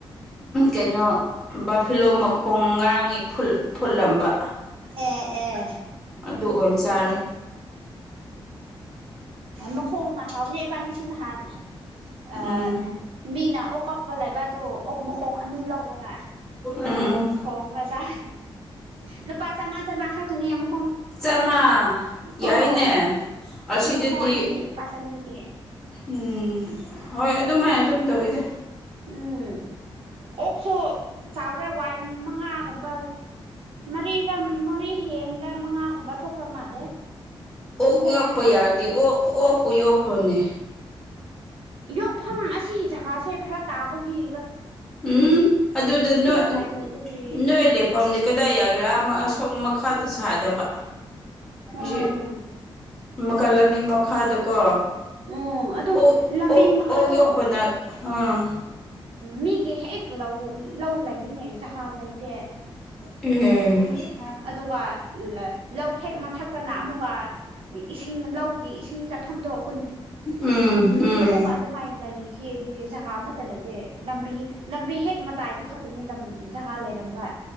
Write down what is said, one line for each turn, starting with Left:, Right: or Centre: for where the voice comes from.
Centre: ꯀꯩꯅꯣ ꯕꯥꯐꯤꯂꯣꯝ ꯃꯈꯣꯡ ꯉꯔꯥꯡ ꯐꯨꯠꯂꯝꯕ
Right: ꯑꯦ ꯑꯦ
Centre: ꯑꯗꯨ ꯑꯣꯏꯅ ꯆꯥꯔꯦ
Right: ꯃ ꯈꯣꯡꯅꯍꯥꯕ ꯑꯦꯕꯥꯅꯤꯁꯨꯅꯍꯥꯟ ꯑ
Centre: ꯎꯝ
Right: ꯃꯤꯅ ꯑꯣꯛ ꯀꯛꯄ ꯂꯩꯕꯗꯣ ꯑꯣꯛ ꯃꯈꯣꯡ ꯑꯅꯤ ꯂꯧꯋ ꯒ
Centre: ꯎꯝ
Right: ꯊꯣꯡ ꯀꯖꯥ ꯂꯨꯄꯥ ꯆꯥꯥꯟ ꯆ ꯍꯥꯥ ꯇꯅꯤ ꯑꯃꯨ
Centre: ꯆꯃꯥ ꯌꯥꯏꯅꯦ
Right: ꯑꯣ
Centre: ꯑꯁꯤꯗꯗꯤ
Right: ꯑꯗꯣ ꯃꯈꯣꯡ ꯑꯅꯤ ꯂꯨꯄꯥ ꯆꯅꯤꯒꯤ
Centre: ꯎꯝ ꯍꯣꯏ ꯑꯗꯨꯃꯥꯏ ꯑꯗꯨꯝ ꯇꯧꯋꯤꯗ
Right: ꯎꯝ ꯑꯣꯛꯁꯨ ꯆꯥꯎꯔꯦ ꯋꯥꯏ ꯃꯉꯥꯒꯨꯝꯕ ꯃꯔꯤ ꯃꯔꯤ ꯍꯦꯟꯗ ꯃꯉꯥꯒꯨꯝꯕ ꯊꯣꯛꯈ꯭ꯔ ꯃꯥꯜꯂꯦ
Centre: ꯑꯣꯛ
Right: ꯃꯈꯣꯡ
Centre: ꯌꯣꯛꯄ
Right: ꯌꯥꯝ ꯆꯥꯎꯋꯦ
Centre: ꯌꯥꯔꯗꯤ ꯑꯣ ꯑꯣꯛꯄꯨ ꯌꯣꯛꯈ꯭ꯔꯣꯅꯦ
Right: ꯌꯣꯛꯐꯝ ꯑꯁꯤ ꯖꯒꯥꯁꯦ ꯐꯔꯛ ꯇꯥꯕꯒꯤ
Centre: ꯎꯝ ꯑꯗꯨꯗ ꯅꯣꯏ
Right: ꯃꯇꯥꯏ ꯑꯣꯏꯕꯒꯤ
Centre: ꯅꯣꯏ ꯂꯦꯐꯝꯗꯤ ꯀꯗꯥꯏ ꯌꯥꯒ꯭ꯔꯥ ꯐꯣꯝ ꯃꯈꯥꯗ
Right: ꯎꯝ
Centre: ꯁꯥꯗꯕ
Right: ꯎꯝ
Centre: ꯍꯧ ꯃꯈꯜ ꯂꯝꯕꯤ ꯃꯈꯥꯗꯀꯣ
Right: ꯎꯝ ꯑꯗꯨ
Centre: ꯑꯣ
Right: ꯂꯝꯕꯤ
Centre: ꯑꯣ
Right: ꯃꯈꯥꯗꯣ
Centre: ꯑꯣꯛ ꯌꯣꯛꯄ ꯅ ꯍꯥꯥ
Right: ꯃꯤꯒꯤ ꯍꯦꯛ ꯂꯧ ꯂꯧ ꯂꯩꯅꯦ ꯖꯍꯥ ꯂꯩꯇꯦ
Centre: ꯎꯝ
Right: ꯑꯗꯨꯒ ꯂꯧ ꯍꯦꯛ ꯃꯊꯛꯇꯅ ꯑꯃꯨꯛꯀ ꯏꯁꯤꯡ ꯂꯧꯒꯤ ꯏꯁꯤꯡ ꯆꯥꯐꯝꯗꯣ ꯍꯨ
Centre: ꯎꯝ ꯎꯝ
Right: ꯑꯃꯒ ꯑꯗꯨꯃꯥꯏꯅ ꯂꯩꯈꯤ ꯑꯗꯨꯒꯤ ꯖꯒꯥ ꯑꯃꯠꯇ ꯂꯩꯇꯦ ꯂꯝꯕꯤ ꯂꯝꯕꯤ ꯍꯦꯛ ꯃꯇꯥꯏꯗꯨ ꯈꯛꯇꯒꯤ ꯂꯝ ꯖꯒꯥ ꯂꯩꯔꯝꯕ